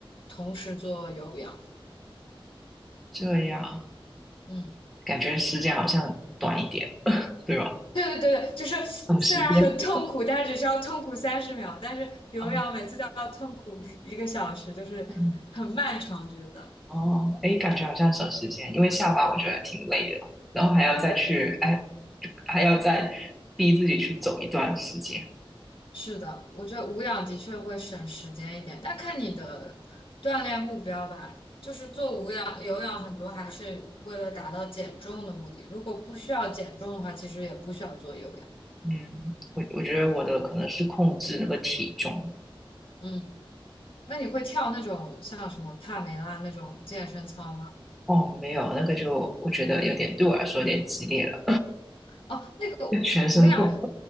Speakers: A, on the left; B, in the centre.
A: 同时做有氧。
B: 这样
A: 嗯。
B: 感觉时间好像短一点，<laughs> 对吧？
A: 对对对对，就是虽然很痛苦，
B: 省时间
A: 但是只需要痛苦三十秒，但是有氧每次都要痛苦一个小时，
B: 哦
A: 就是很漫长，
B: 嗯
A: 觉得。
B: 哦，哎，感觉好像省时间，因为下班我觉得挺累的，然后还要再去，哎，还要再逼自己去走一段时间。
A: 是的，我觉得无氧的确会省时间一点，但看你的锻炼目标吧。就是做无氧、有氧很多还是为了达到减重的目的，如果不需要减重的话，其实也不需要做有氧。
B: 嗯，我我觉得我的可能是控制那个体重，
A: 嗯，那你会跳那种像什么帕梅拉那种健身操吗？
B: 哦，没有，那个就我觉得有点对我来说有点激烈了，
A: 哦。
B: <laughs> 全身痛
A: 我跟你讲，